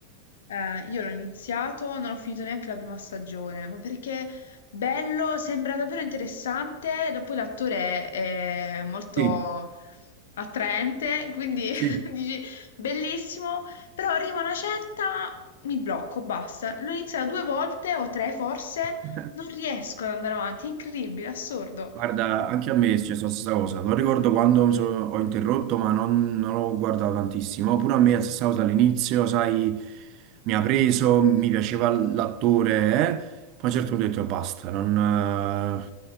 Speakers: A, on the left (about 60°); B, on the right (about 40°).
A: Eh, io l'ho iniziato, non ho finito neanche la prima stagione, ma perché bello, sembra davvero interessante, e poi l'attore è molto
B: Sì,
A: attraente, quindi <laughs>
B: sì.
A: dici bellissimo, però arriva una certa, mi blocco, basta. L'ho iniziato due volte o tre forse,
B: <laughs>
A: non riesco ad andare avanti, è incredibile, assurdo.
B: Guarda, anche a me è successa la stessa cosa. Non ricordo quando mi sono- ho interrotto, ma non, non ho guardato tantissimo. Pure a me è la stessa cosa all'inizio, sai, mi ha preso, mi piaceva l'attore, eh. Poi a un certo punto ho detto basta, non, eh,